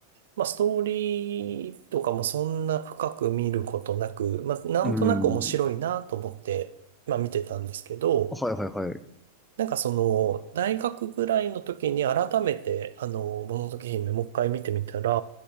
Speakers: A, on the right; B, in the centre.
A: まあストーリーとかもそんな深く見ることなく、まあなんとなく面白いなと思って、
B: ーん。
A: まあ見てたんですけど、
B: はいはいはい。
A: なんかその、大学ぐらいの時に改めて、あの、もののけ姫もう一回見てみたら、